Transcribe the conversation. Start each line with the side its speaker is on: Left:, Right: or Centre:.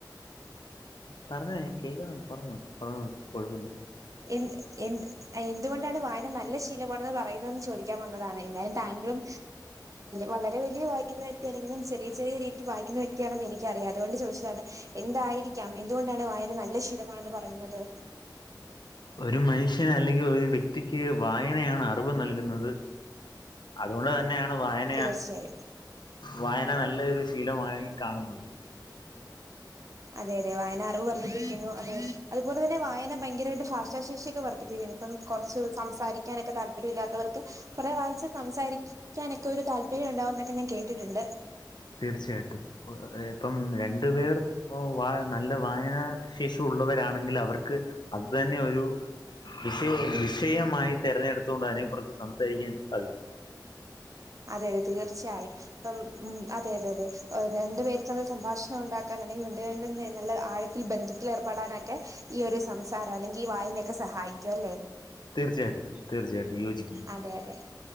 Left: പറഞ്ഞോ ഞാൻ കേൾക്കുന്നുണ്ട് പറഞ്ഞോ പറഞ്ഞോളു കുഴപ്പമില്ല
Right: എന്ത് എന്ത് എന്തുകൊണ്ടാണ് വായന നല്ല ശീലമാണെന്ന് പറയുന്നത് ചോദിക്കാൻ വന്നതാണ് എന്തായാലും താങ്കളും വളരെ വലിയ വായിക്കുന്ന വ്യക്തി അല്ലെങ്കിലും ചെറിയ ചെറിയ രീതിയിൽ വായിക്കുന്ന വ്യക്തിയാണെന്ന് എനിക്കറിയാം അതുകൊണ്ട് ചോദിച്ചതാണ് എന്തായിരിക്കാം എന്തുകൊണ്ടാണ് വായന നല്ല ശീലമാണെന്ന് പറയുന്നത്
Left: ഒരു മനുഷ്യന് അല്ലെങ്കിൽ ഒരു വ്യക്തിക്ക് വായനയാണ് അറിവ് നൽകുന്നത് അതുകൊണ്ട് തന്നെയാണ് വായന
Right: തീർച്ചയായും
Left: വായന നല്ലൊരു ശീലമായി കാണുന്നത്
Right: അതെ അതെ വായന അറിവ് വർദ്ധിപ്പിക്കുന്നു അതെ അതുപോലെ തന്നെ വായന ഭയങ്കരായിട്ട് ഭാഷാശേഷിയൊക്കെ വർദ്ധിപ്പിക്കുന്നു ഇപ്പം കുറച്ച് സംസാരിക്കാനൊക്കെ താല്പര്യം ഇല്ലാത്തവർക്ക് കൊറേ വായിച്ച് സംസാരിക നൊക്കെ ഒരു താല്പര്യം ഉണ്ടാവും എന്നൊക്കെ ഞാൻ കേട്ടിട്ടുണ്ട്
Left: തീർച്ചയായിട്ടും ഇപ്പം രണ്ടു പേർ വാ നല്ല വായന ശേഷി ഉള്ളവരാണെങ്കിൽ അവർക്ക് അത് തന്നെ ഒരു വിഷയേ വിഷയമായി തിരഞ്ഞെടുത്തുകൊണ്ട് അതിനെ കുറച്ച് സംസാരിക്കാൻ സാധിക്കും
Right: അതെ അതെ തീർച്ചയായും ഇപ്പം ഉം അതെ അതെ അതെ രണ്ട് പേരിൽ തമ്മിൽ സംഭാഷണം ഉണ്ടാക്കാൻ അല്ലെങ്കിൽ രണ്ടു പേരിൽ നല്ല ആഴ ബന്ധത്തിൽ ഏർപ്പെടാനൊക്കെ ഈ ഒരു സംസാരം അല്ലെങ്കിൽ ഈ വായനൊക്കെ സഹായിക്കും അല്ലേ
Left: തീർച്ചയാട്ടും തീർച്ചയാട്ടും യോജിക്കുന്നു
Right: അതെ അതെ